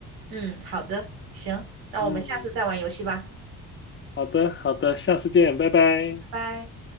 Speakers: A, on the right; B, on the left.
A: 嗯，好的，行，那我们下次再玩游戏吧，
B: 嗯，好的，好的，下次见，拜拜。
A: 拜拜。